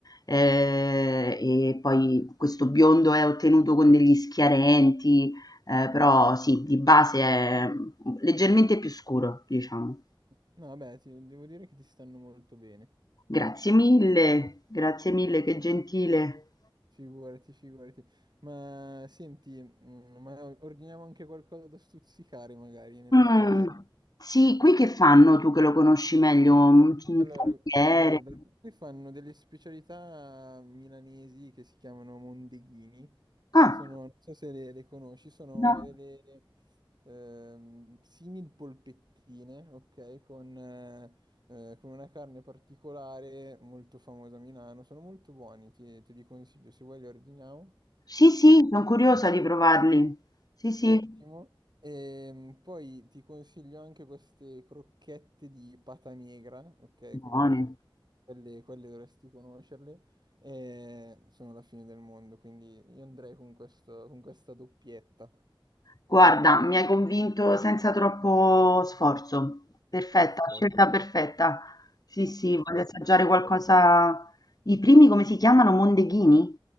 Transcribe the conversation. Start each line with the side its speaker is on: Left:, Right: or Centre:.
Left: eh, e poi questo biondo è ottenuto con degli schiarenti, eh, però sì, di base è leggermente più scuro, diciamo.
Right: No, vabbè, ti- devo dire che ti stanno molto bene.
Left: Grazie mille, grazie mille, che gentile.
Right: Figurati, figurati. Ma senti, mm, ma ordiniamo anche qualcosa da stuzzicare magari nell'attesa.
Left: Mh, sì, qui che fanno tu che lo conosci meglio? Un c un
Right: Allora,
Left: tagliere?
Right: guarda, qui fanno delle specialità milanesi che si chiamano mondeghini.
Left: Ah,
Right: Sono, non so se le, le conosci, sono
Left: no.
Right: delle ehm, simil polpettine, ok? Con, eh, eh, con una carne particolare molto famosa a Milano. Sono molto buoni, te, te li consiglio. Se vuoi li ordiniamo.
Left: Sì, sì, son curiosa di provarli. Sì, sì,
Right: Ottimo. E poi ti consiglio anche queste crocchette di pata negra, ok?
Left: buoni.
Right: Quindi Quelle, quelle dovresti conoscerle. E sono la fine del mondo, quindi io andrei con questo- con questa doppietta.
Left: Guarda, mi hai convinto senza troppo sforzo. Perfetta,
Right: Perfetto,
Left: scelta perfetta. Sì, sì,
Right: perfetto.
Left: voglio assaggiare qualcosa
Right: Eh,
Left: i primi come si chiamano? Mondeghini?